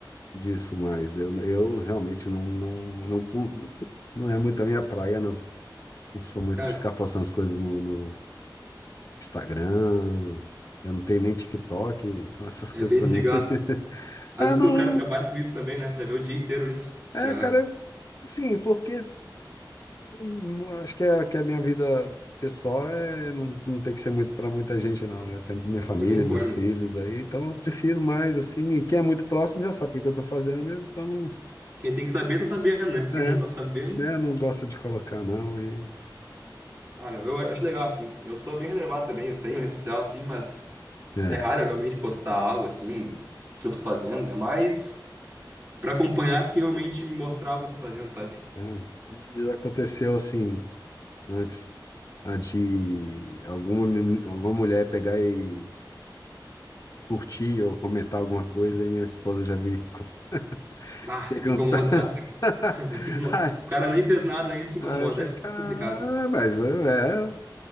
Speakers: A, on the left; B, on the right.
A: disso mais. Eu, eu realmente não, não, não, não é muito a minha praia, não. Não sou muito
B: Cara,
A: de ficar postando as coisas no, no Instagram. Eu não tenho nem TikTok, então essas
B: é
A: coisas
B: bem
A: pra
B: desligado.
A: mim. <laughs>
B: Às
A: Ah,
B: vezes
A: não.
B: quando o cara trabalha com isso também, né? Já vê o dia inteiro isso.
A: É,
B: Já,
A: cara, sim, porque hum, acho que, é, que a minha vida pessoal é, não, não tem que ser muito pra muita gente, não, né? Tem minha família,
B: eu concordo,
A: meus filhos
B: meu.
A: aí, então eu prefiro mais assim. E quem é muito próximo já sabe o que que eu tô fazendo mesmo, então não.
B: Quem tem que saber, tá sabendo, né? Quem
A: É,
B: não tá sabendo...
A: né? Não gosto de colocar, não. E
B: Ah, meu, eu acho legal, assim. Eu sou bem reservado também, eu tenho rede social, assim, mas
A: É,
B: é raro eu realmente postar algo, assim, que eu tô fazendo. É mais pra acompanhar do que realmente me mostrar o que eu tô fazendo, sabe?
A: é. E já aconteceu assim, antes, a de alguma, meni- alguma mulher pegar e curtir ou comentar alguma coisa, e minha esposa já veio <laughs>
B: Ah,
A: perguntar.
B: se incomoda <laughs>
A: <laughs>
B: Vai se incomodar.
A: Ai,
B: O cara nem fez nada ainda e se incomoda.
A: aí eu falei,
B: É
A: cara,
B: complicado.
A: mas eu é,